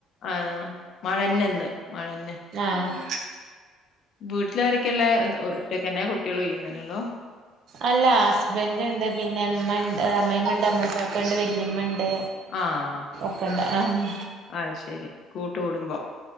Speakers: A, on the left (about 60°); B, on the right (about 60°).
A: ആ മഴന്നെ ഇന്ന് മഴന്നെ
B: ആഹ്
A: വീട്ടിലാരെക്കെള്ളെ ഒറ്റക്കന്നെ കുട്ടിയൾ ഇയ്യും തന്നെ ഒള്ളു.
B: അല്ല ഹസ്ബൻറ്ണ്ട് പിന്നെ ഇമ്മ ഇണ്ട് അമ്മയമ്മ ഇണ്ട് അമ്മോസാ ക്ക ഉണ്ട് വല്യമ്മ ഇണ്ട്
A: ആഹ്
B: ക്കണ്ട ആഹ്
A: അയ്ശെരി കൂട്ട് കുടുംബം.